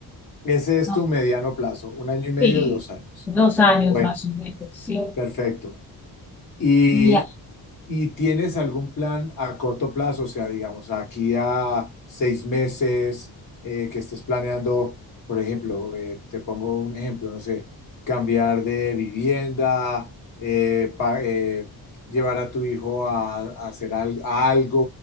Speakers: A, on the left; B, in the centre.
A: Ese es
B: No,
A: tu mediano plazo, un año y medio,
B: sí,
A: dos años.
B: dos años
A: Bueno,
B: más o menos, sí.
A: perfecto. Y,
B: Y, ah,
A: y tienes algún plan a corto plazo, o sea, digamos, aquí a seis meses eh, que estés planeando, por ejemplo, eh, te pongo un ejemplo, no sé, cambiar de vivienda, eh, pa- eh, llevar a tu hijo a, a hacer al- a algo